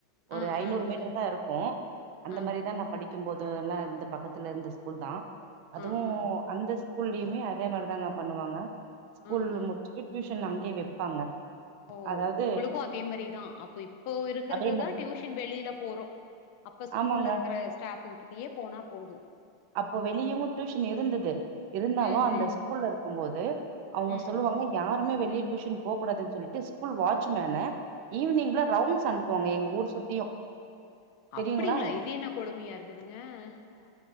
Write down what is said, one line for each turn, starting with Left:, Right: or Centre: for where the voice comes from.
Right: ஒரு
Left: ஆ
Right: ஐநூறு
Left: ஆ
Right: மீட்டர்
Left: ஆ
Right: தா இருக்கும் அந்த
Left: ஆ
Right: மாரிதா நா படிக் க்கும் போது எல்லார்ந்த பக்கத்துல இருந்த ஸ்கூல் தா அதுவு
Left: ஆ ஆ
Right: அந்த ஸ் கூல்லியுமே அதே மாரிதாங்க பண்ணுவாங்க ஸ்கூல்லு
Left: ஆ ஆ
Right: முட் டிஞ்சி டியூஷன் அங்கே வைப்பாங்க
Left: ஓ
Right: அதாவது
Left: உங்களுக்கு அதே மாரிதா அப்ப இப்போ இருக்கறதுதா
Right: அதே மாரி
Left: டியூஷன் வெளில போறோ அப்ப ஸ்கூல்ல
Right: ஆமாங்க
Left: இருக்கற ஸ்டாஃப்ங் கிட் ட்டியே போனா போதும்
Right: அப்போ வெளியவு டியூஷன் இருந்துது இருந்தாலு
Left: ம்,
Right: அந்த
Left: ம்,
Right: ஸ்கூல்ல இருக்கும் போது அவங்க
Left: ம்,
Right: சொல்லுவாங்க
Left: ம்,
Right: யாருமே வெளிய டியூஷன் போக் கூடாதுன்னு சொல்லிட்டு ஸ்கூல் வாட்ச் மேனு ஈவினிங்ல
Left: ம்.
Right: ரவுண்ட்ஸ் அனுப் புவாங்க எங்க ஊர் சுத்தியு தெரியுங்களா
Left: அப்படிங்ளா இது என்ன கொடுமையா இருக்குதுங்க அ